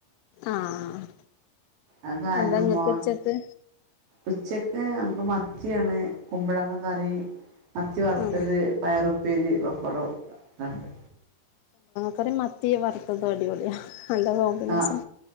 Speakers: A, on the left; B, on the right.
A: ആ ആഹ്
B: അത് കാരണം
A: എന്താങ്ങക്ക്
B: മോ
A: ഉച്ചക്ക്
B: ഉച്ചക്ക് ഞക്ക് മത്തിയാണ് കുമ്പളങ്ങ കറി മത്തി വറുത്തത്
A: ആഹ്
B: പയറുപ്പേരി പപ്പടം ഒക്കെണ്ട്
A: ത്രം മത്തി വറുത്തത് അടിപൊളിയാ നല്ല കോമ്പിനേഷൻ
B: ആഹ്